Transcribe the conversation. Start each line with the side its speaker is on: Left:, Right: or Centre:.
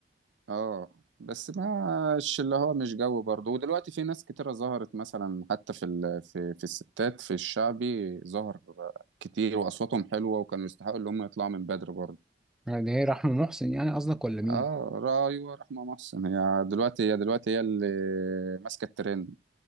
Right: اه بس مش اللي هو مش جو برضه ودلوقتي في ناس كتيرة ظهرت مثلا حتى في ال... في في الستات في الشعبي ظهر كتير واصواتهم حلوه وكانوا يستحقوا ان هم يطلعوا من بدري برضه
Centre: يعني هي رحمة محسن يعني قصدك ولا مين؟
Right: اه رأي ورحمه محسن هي دلوقتي هي دلوقتي هي اللي ماسكه الترند